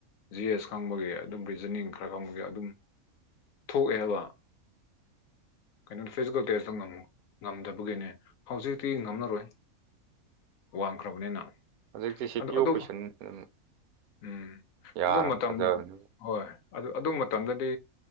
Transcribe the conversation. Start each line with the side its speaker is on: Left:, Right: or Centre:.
Left: ꯖꯤ ꯑꯦꯁ ꯈꯪꯕꯒꯤ ꯑꯗꯨꯝ ꯕꯤꯖꯅꯤꯡ ꯈꯔ ꯈꯪꯕꯒꯤ ꯑꯗꯨꯝ ꯊꯣꯛꯑꯦ ꯍꯥꯏꯕ ꯀꯩꯅꯣ ꯐꯤꯖꯤꯀꯦꯜ ꯇꯦꯁ ꯑꯃ ꯉꯝꯝꯛ ꯉꯝꯗꯕꯒꯤꯅꯦ ꯍꯧꯖꯤꯛꯇꯤ ꯉꯝꯔꯔꯣꯏ ꯋꯥꯡꯈ꯭ꯔꯕꯅꯤꯅ
Right: ꯍꯧꯖꯤꯛꯇꯤ ꯁꯤ
Left: ꯑꯗꯨ
Right: ꯄꯤ ꯑꯣ
Left: ꯑꯗꯨꯝ
Right: ꯀꯣꯏꯁꯟ ꯑꯗꯨꯝ
Left: ꯎꯝ
Right: ꯌꯥꯔꯕ
Left: ꯑꯗꫭ ꯃꯇꯝ
Right: ꯐꯖꯕꯅꯤ
Left: ꯍꯣꯏ ꯑꯗꯨ ꯑꯗꯨ ꯃꯇꯝꯗꯗꯤ